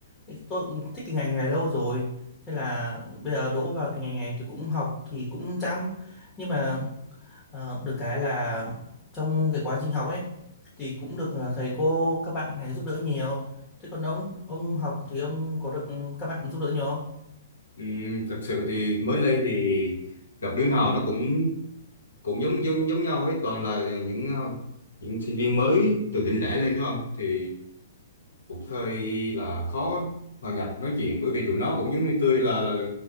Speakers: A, on the left; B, on the left.
A: Thì Tôi cũng thích cái ngành này lâu rồi, thế là bây giờ đỗ vào cái ngành này thì cũng học thì cũng chăm, nhưng mà Ờ, được cái là trong cái quá trình học ấy thì cũng được ờ, thầy cô các bạn này giúp đỡ nhiều. Thế còn ông, ông học thì ông có được các bạn giúp đỡ nhiều không?
B: Ừ, thực sự thì mới lên thì gặp đứa nào nó cũng cũng giống giống giống nhau ấy toàn là những những sinh viên mới từ tỉnh lẻ lên đúng không thì cũng hơi là khó hòa nhập nói chuyện bởi vì tụi nó cũng giống như tôi là là, là,